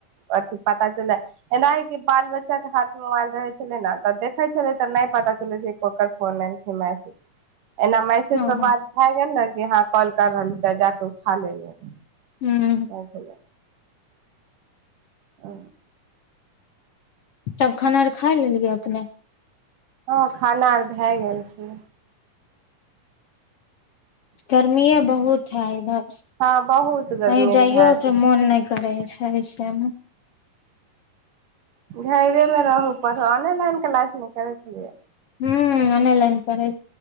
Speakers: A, on the right; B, on the left.
A: अथि पता चल एना है के बाल बच्चा बच्चाके हाथ मे मोबइल रहै छलै न तऽ देखै छलै तऽ नहि पता चलै छै ककर फोन एल मैसेज एना मैसेज
B: हँ
A: मे
B: हँ
A: बात गेल ने कि यहाँ कॉल कर रहल ते जााक उठा ले ले
B: हूँ
A: आएल छलय ओ
B: त खाना आर खा लेलियै अपने
A: हँ खाना आर भए गेल छै
B: गर्मीए बहुत है इधर
A: हँ बहुत गर्मी
B: कही जाइयो
A: भए छै
B: त मोन नहि करै छै ऐसेमे
A: घरेमे रहू पढ़ ऑनलान क्लास नहि करै छलियै
B: हूँ ऑन लाईन करै